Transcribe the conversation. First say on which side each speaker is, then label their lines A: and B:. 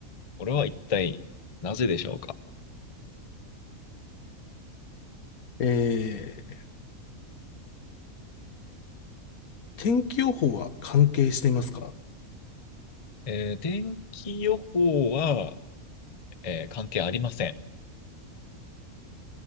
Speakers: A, on the left; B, on the left.
A: これは一体なぜでしょうか、
B: えー、天気予報は関係していますか
A: えー天気予報は、えー関係ありません。